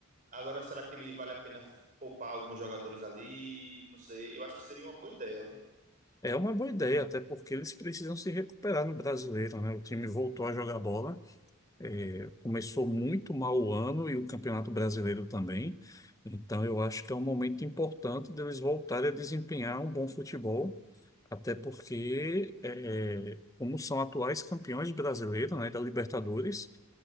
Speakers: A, on the right; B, on the left.
A: Agora, será que ele vale a pena poupar alguns jogadores ali? Não sei. Eu acho que seria uma boa ideia. viu?
B: é uma boa ideia, até porque eles precisam se recuperar no brasileiro, né? O time voltou a jogar bola. É, Começou muito mal o ano e o Campeonato Brasileiro também. Então, eu acho que é um momento importante deles voltarem a desempenhar um bom futebol, até porque, eh, como são atuais campeões brasileiros, né, da Libertadores,